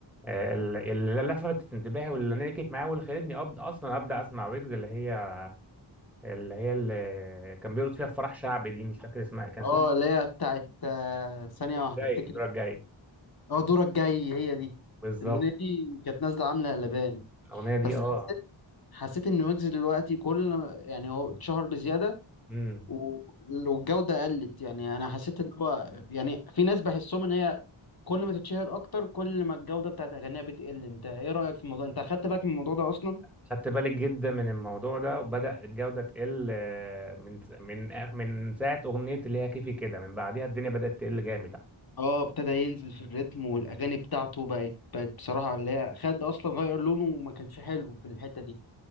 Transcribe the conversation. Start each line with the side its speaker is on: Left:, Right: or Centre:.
Centre: ال- اللي لفتت انتباهي واللي نكت معايا واللي خلتني أبد اصلا ابدا اسمع ويجز اللي هي اللي هي اللي كان بيرقص فيها في فرح شعبي دي مش فاكر اسمها كان اسمها
Left: اه اللي هي بتاعت آه، ثانيه
Centre: الدور
Left: واحده
Centre: الجاي
Left: افتكر
Centre: الدور الجاي
Left: اه دورك جاي هي دي
Centre: بالظبط
Left: الاغنيه دي كانت نازله عامله قلبان
Centre: الاغنيه دي
Left: بس
Centre: اه
Left: حسيت حسيت ان ويجز دلوقتي كل يعني هو اتشهر بزياده
Centre: امم
Left: ولو الجوده قلت يعني انا حسيت ان هو يعني في ناس بحسهم ان هي كل ما تتشهر اكتر كل ما الجوده بتاعت اغانيها بتقل انت ايه رايك في الموضوع انت اخدت بالك من الموضوع ده اصلا
Centre: خدت بالك جدا من الموضوع ده وبدأ الجودة تقل آه، من من آه، من ساعة أغنية اللي هي كيفي كده من بعديها الدنيا بدأت تقل جامد
Left: اه ابتدى ينزل في الريتم والاغاني بتاعته بقت بقت بصراحه اللي هي خد اصلا غير لونه وما كانش حلو في الحته دي